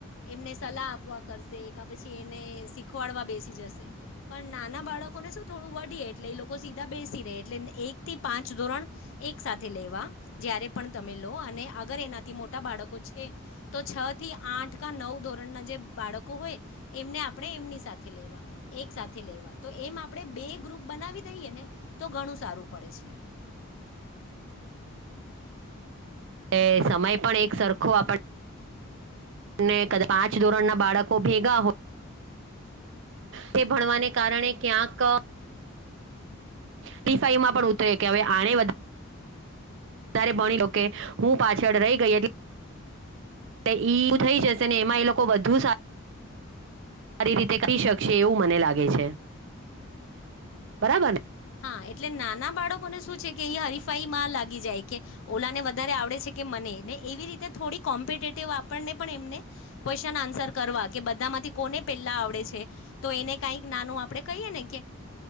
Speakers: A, on the left; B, on the right.
A: એમને સલાહ આપ આપવા કરશે પછી એને શીખવાડવા બેસી જશે પણ નાના બાળકોને શું થોડું વદીએ એટલે એ લોકો સીધા બેસી રહે એટલે એક થી પાંચ ધોરણ એક સાથે લેવા જયારે પણ તમે લો અને અગર એનાથી મોટા બાળકો છે તો છ થી આઠ ક નવ ધોરણના જે બાળકો હોય એમને આપણે એમની સાથે લેવા એક સાથે લેવા તો એમ આપણે બે ગ્રુપ બનાવી દઈએ ને તો ઘણું સારું પડે છે.
B: <inaudible> એ સમય પણ એક સરખો આપણ અને કદાચ પાંચ ધોરણના બાળકો ભેગા હોય તે ભણવાને કારણે ક્યાંક હરિફાઈમાં પણ ઉતરે કે હવે આણે બધા વધારે ભણ્યો કે હું પાછળ રહી ગઈ એટલે એલે ઈ થઈ જશે ને એમાં એ લોકો વધુ સારું સારી રીતે કરી શકશે એવું મને લાગે છે. બરાબરને?
A: હા એટલે નાના બાળકોને શું છે કે એ હરીફાઈમાં લાગી જાય કે ઓલાને વધારે આવડે છે. કે મને ને એવી રીતે થોડી કોમ્પિટેટિવ આપણને પણ એમને ક્વેશ્ચન આન્સર કરવા કે બધા થી કોને પેલા આવડે છે તો એને કંઈક નાનું આપણે કહીએ ને કે